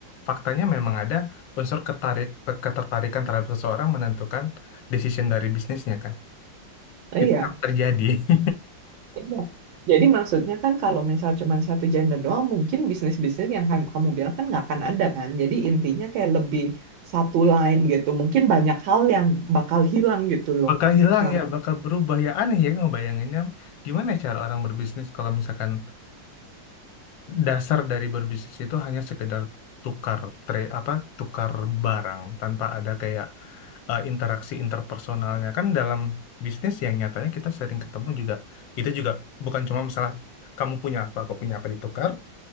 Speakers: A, on the left; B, on the right.
A: faktanya memang ada unsur ketarik ketertarikan terhadap seseorang menentukan decision dari bisnisnya kan.
B: iya.
A: Itu yang terjadi. <laughs>
B: Iya. Jadi maksudnya kan kalau misal cuma satu gender doang, mungkin bisnis-bisnis yang kam- kamu bilang kan nggak akan ada kan. Jadi intinya kayak lebih satu line gitu. Mungkin banyak hal yang bakal hilang gitu loh.
A: Bakal hilang
B: Karena
A: ya, bakal berubah ya. Aneh ya ngebayanginnya. Gimana cara orang berbisnis kalau misalkan dasar dari berbisnis itu hanya sekedar tukar trade apa tukar barang tanpa ada kayak eh, interaksi interpersonalnya kan dalam bisnis yang nyatanya kita sering ketemu juga itu juga bukan cuma masalah kamu punya apa aku punya apa ditukar